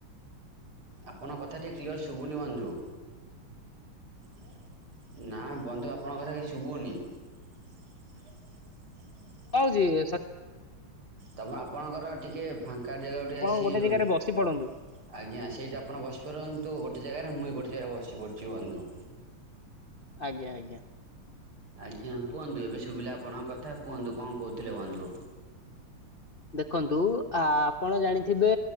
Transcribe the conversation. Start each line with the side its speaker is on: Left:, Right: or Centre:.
Right: ଆପଣଙ୍କ କଥା ଟିକେ କ୍ଲିୟର ଶୁଭୁନି ବନ୍ଧୁ? ସାରେ। ନା ବନ୍ଧୁ ଆପଣଙ୍କ କଥା କିଛି ଶୁଭୁନି? <inaudible>
Left: ପାଉଛି ସତ।
Right: ତମ ଆପଣଙ୍କର ଟିକେ ଫାଙ୍କା ଜାଗାକୁ
Left: ଆପଣ
Right: ଟିକେ ଆସିିବେ
Left: ଗୋଟେ
Right: ଘରୁ।
Left: ଜାଗାରେ ବସି ପଡନ୍ତୁ
Right: ଆଜ୍ଞା ସେଇଟା ଆପଣ ବସି ପାରନ୍ତୁ ଗୋଟେ ଜାଗାରେ ମୁଇଁ ଗୋଟେ ଜାଗାରେ ବସି ପଡ଼ୁଛି ବନ୍ଧୁ।
Left: ଆଜ୍ଞା ଆଜ୍ଞା।
Right: ଆଜ୍ଞା କୁହନ୍ତୁ ଏବେ ଶୁଭିଲା ଆପଣଙ୍କ କଥା କୁହନ୍ତୁ କଣ କହୁଥିଲେ ବନ୍ଧୁ?
Left: ଦେଖନ୍ତୁ ଆ ଆପଣ ଜାଣିଥିବେ